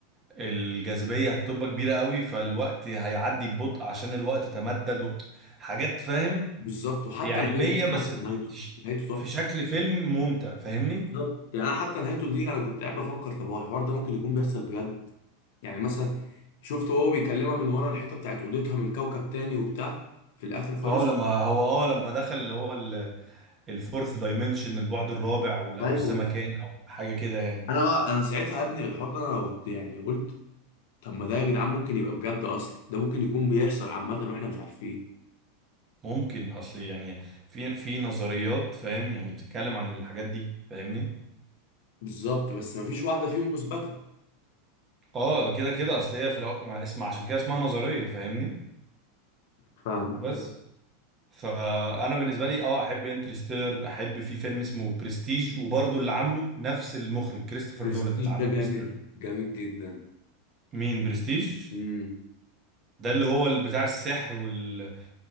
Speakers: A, on the right; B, on the left.
A: الجاذبية هتبقى كبيرة قوي فالوقت هيعدي ببطء عشان الوقت تمدد و... حاجات فاهم
B: بالظبط وحتى
A: هي علمية
B: نهايته
A: بس
B: حتى نهايته
A: تش-
B: نهايته تحفه
A: في شكل فيلم ممتع فاهمني
B: بالظبط يعني انا حتى نهايته دي انا كنت قاعد بفكر طب هو الحوار ده ممكن يكون بيحصل بجد يعني مثلا شفت هو بيكلمها من ورا الحيطه بتاعت اوضتها من كوكب تاني وبتاع في الاخر خالص
A: اه لما هو اه لما دخل اللي هو ال- الفورث دايمنشن البعد الرابع وال- او
B: ايوه
A: الزمكان او حاجه كده يعني
B: انا بقى انا ساعتها يا ابني الحوار ده انا قلت يعني قلت طب ما ده يا جدعان ممكن يبقى بجد اصلا ده ممكن يكون بيحصل عامه واحنا مش عارفين
A: ممكن اصل يعني في في نظريات فاهم يعني بتتكلم عن الحاجات دي فاهمني
B: بالظبط بس ما فيش واحده فيهم اثبتت
A: اه كده كده اصل هي في الأو... ما اسم عشان كده اسمها نظريه فاهمني
B: فاهمك
A: بس فانا بالنسبه لي اه احب انترستيلر احب في فيلم اسمه برستيج وبرضه اللي عامله نفس المخرج كريستوفر
B: برستيج
A: نولان اللي عمل
B: ده جامد
A: انستريل
B: جامد جدا
A: مين برستيج
B: امم
A: ده اللي هو اللي بتاع السحر وال